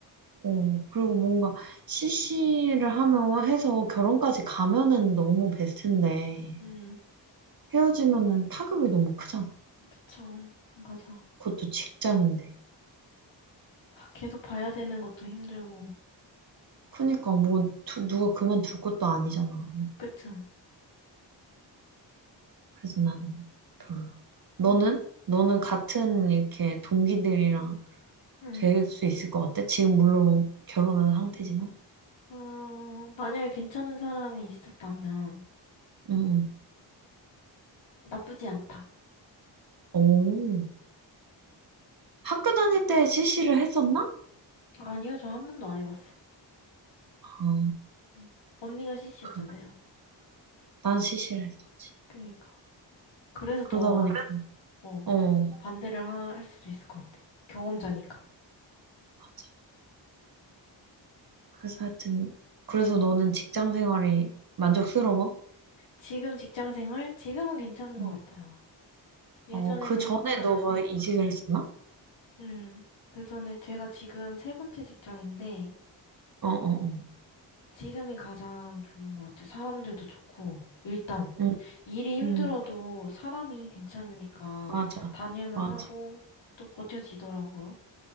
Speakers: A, on the right; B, on the left.
A: 어, 그리고 뭔가 CC를 하며 해서 결혼까지 가면은 너무 베스트인데,
B: 음.
A: 헤어지면은 타격이 너무 크잖아.
B: 그쵸. 맞아.
A: 그것도 직장인데.
B: 아, 계속 봐야 되는 것도 힘들고.
A: 그니까 뭐 두- 누가 그만둘 것도 아니잖아.
B: 그쵸.
A: 그래서 나는 별로. 너는?
B: 음.
A: 너는 같은 이렇게 동기들이랑
B: 음.
A: 될 수 있을 것 같아? 지금 물론 결혼한 상태지만.
B: 어, 만약에 괜찮은 사람이 있었다면
A: 응. 응.
B: 나쁘지 않다.
A: 오. 학교 다닐 때 CC를 했었나?
B: 아니요, 저 한 번도 안 해봤어요.
A: 아,
B: 음. 언니가 CC였잖아요.
A: 그렇구나. 난 CC를 했었지.
B: 그니까. 그래서
A: 그러다
B: 더
A: 보니까
B: 어,
A: 어, 어,
B: 반대를 하- 할 수도 있을 것 같아. 경험자니까.
A: 맞아. 그래서 하여튼 그래서 너는 직장 생활이 만족스러워?
B: 지금 직장 생활? 지금은 괜찮은 것
A: 응.
B: 같아요. 예전에는
A: 어, 그 전에
B: 힘들었는데,
A: 너가 이직을 했었나?
B: 음, 그 전에 제가 지금 세 번째 직장인데,
A: 어, 어, 어.
B: 지금이 가장 좋은 것 같아요. 사람들도 좋고, 일단,
A: 응.
B: 일이 힘들어도
A: 응.
B: 사람이 괜찮으니까
A: 맞아,
B: 다닐만
A: 맞아,
B: 하고, 또 버텨지더라고요.